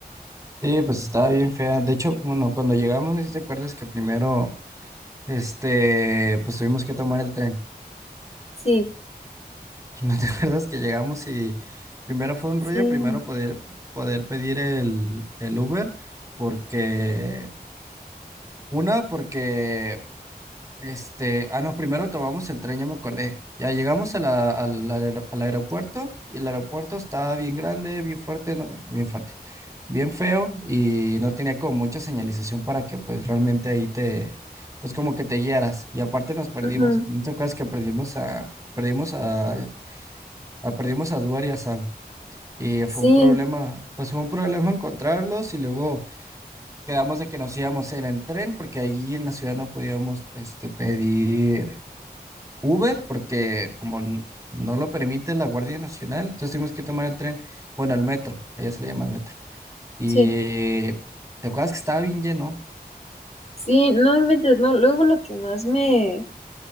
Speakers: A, on the right; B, on the left.
A: Sí, pues estaba bien fea. De hecho, bueno, cuando llegamos, ¿no sé si te acuerdas que primero, este, pues tuvimos que tomar el tren?
B: Sí,
A: <laughs> ¿No te acuerdas que llegamos y primero fue un
B: sí,
A: rollo, primero poder, poder pedir el, el Uber, porque, una, porque Este, ah, no, primero tomamos el tren, ya me acordé. Ya llegamos a la- al, al aer- al aeropuerto y el aeropuerto estaba bien grande, bien fuerte, no- bien fuerte, bien feo y no tenía como mucha señalización para que pues realmente ahí te, pues como que te guiaras. Y aparte nos perdimos,
B: ujú,
A: ¿no te acuerdas que perdimos a, perdimos a, a- perdimos a Duar y a Sam? Y
B: Sí,
A: fue un problema, pues fue un problema <laughs> encontrarlos y luego quedamos de que nos íbamos en el tren porque allí en la ciudad no podíamos este, pedir. Uber porque como n- no lo permite la Guardia Nacional, entonces tuvimos que tomar el tren, bueno, el metro, ella se le llama metro. Y
B: sí,
A: te acuerdas que estaba bien lleno.
B: sí, no inventes, no. Luego lo que más me...